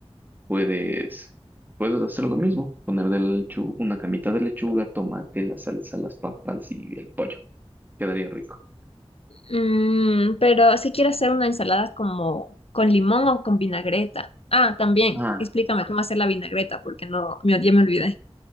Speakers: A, on the right (about 15°); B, on the left (about 65°).
A: Puedes, puedes hacer lo mismo, poner de lechu- una camita de lechuga, tomate, la salsa, las papas y el pollo. Quedaría rico.
B: Mm, pero si quiero hacer una ensalada como con limón o con vinagreta. Ah, también,
A: Ah,
B: explícame cómo hacer la vinagreta, porque no, me- ya me olvidé.